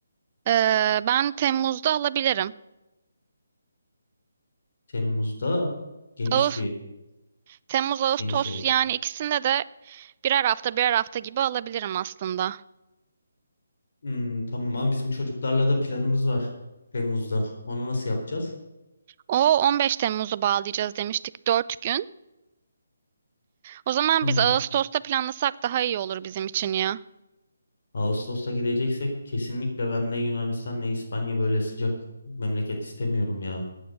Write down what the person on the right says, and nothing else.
Ee, ben Temmuz'da alabilirim.
Ağustos,
Temmuz, Ağustos
yani ikisinde de birer hafta birer hafta gibi alabilirim aslında.
O 15 Temmuz'u bağlayacağız demiştik 4 gün. O zaman
biz Ağustos'ta planlasak daha iyi olur bizim için ya.